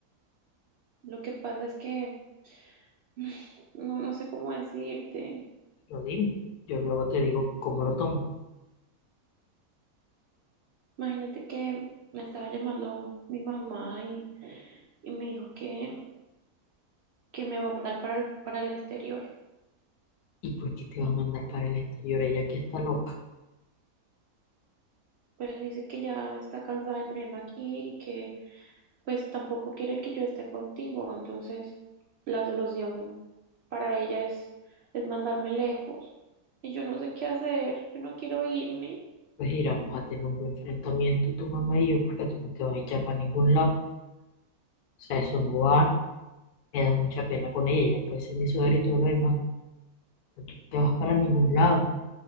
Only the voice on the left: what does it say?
Lo dime. Yo luego te digo cómo lo tomo.
¿Y por qué te va a mandar para el exterior ella que está loca?
Pues iramos a tener un buen enfrentamiento tu mamá y yo porque tú no te vas a echar para ningún lado. O sea, eso no va. Me da mucha pena con ella. Ella puede ser mi suegra y todo lo demás. Pero tú no te vas para ningún lado.